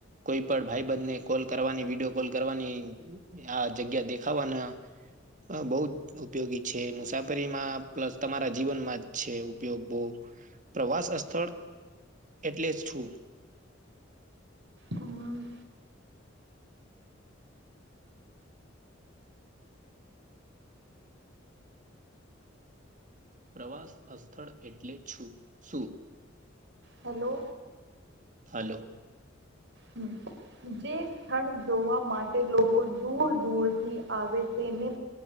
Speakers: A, on the right; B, on the right.
A: કોઈ પણ ભાઈ બંધને કોલ કરવાની વિડીયો કોલ કરવાની આ જગ્યા દેખાવાના હ બહુ જ ઉપયોગી છે મુસાફરીમાં પ્લસ તમારા જીવનમાં જ છે ઉપયોગ બહુ પ્રવાસ અ સ્થળ એટલે જ છું
B: હમ
A: પ્રવાસ અ સ્થળ એટલે છું શું
B: હલો
A: હલો
B: હમ જે થડ જોવા માટે લોકો કોઈક દૂર દૂરથી આવે તેને